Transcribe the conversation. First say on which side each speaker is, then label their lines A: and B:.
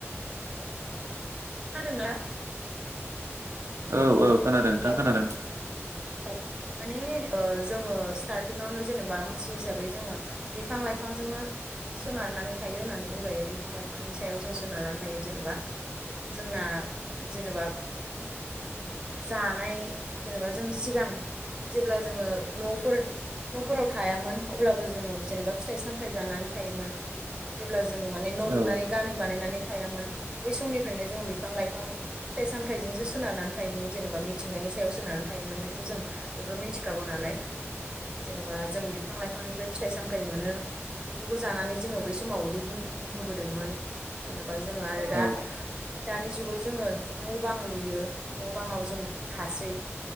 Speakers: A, on the right; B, on the right.
A: खोनादोंना
B: औ औ खोनादों नोंथां
A: हेलौ
B: खोनादों।
A: औ माने जोङो स्टार्टिंआवनो जेनेबा मानसि हिसाबै जोङो बिफां लाइफांजोंनो सोनारनानै थायो होननानै बुंजायो बिफां लाइफांनि सायाव जों सोनारनानै थायो जेनेबा जोंना जेनेबा जानाय जेनेबा जों सिगां जेब्ला जोङो न'फोर न'फोराव थायामोन अब्लाबो जोङो जेनेबा फिथाइ सामथाइ जानानै थायोमोन जेब्ला जोङो माने न'
B: औ
A: लुनानै गामि बानायनानै थायामोन बै समनिफ्रायनो जोङो बिफां लाइफां फिथाइ सामथायाइजोंसो सोनारानानै थायोमोन। जेनेबा मिथिंगानि सायाव सोनानै थायोमोन बेखौ जों बयबो मिथिखागौ नालाय। जेनेबा जों बिफां लाइफांनिफ्राय फिथाइ सामथायाइ मोनो बेफोरखौ जानानै जोङो बै समाव उदै बुं बुंहोबोदोंमोन जेनेबा जोङो आरो दा
B: औ
A: दानि जुगाव जोङो न' बां लुयो न'बाङाव जों थासै